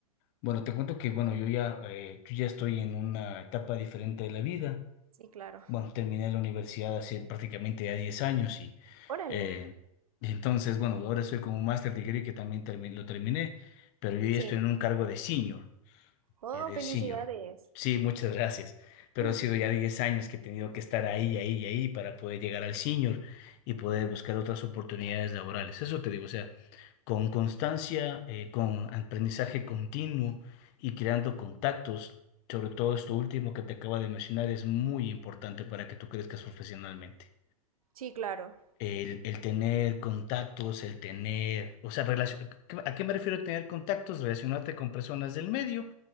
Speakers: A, on the left (about 45°); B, on the right (about 75°).
A: Bueno, te cuento que, bueno, yo ya, eh, yo ya estoy en una etapa diferente de la vida.
B: Sí, claro.
A: Bueno, terminé la universidad hace prácticamente ya 10 años y
B: Órale.
A: eh, entonces, bueno, ahora estoy con un master degree que también termi- lo terminé, pero yo ya
B: Sí.
A: estoy en un cargo de senior.
B: Oh,
A: eh, de
B: felicidades.
A: senior. Sí, muchas gracias. Pero
B: <laughs>
A: ha sido ya 10 años que he tenido que estar ahí, ahí y ahí para poder llegar al senior y poder buscar otras oportunidades laborales. Eso te digo, o sea, con constancia, eh, con aprendizaje continuo y creando contactos, sobre todo esto último que te acabo de mencionar, es muy importante para que tú crezcas profesionalmente.
B: Sí, claro.
A: El, el tener contactos, el tener, o sea, relacio- ¿a qué me refiero tener contactos? Relacionarte con personas del medio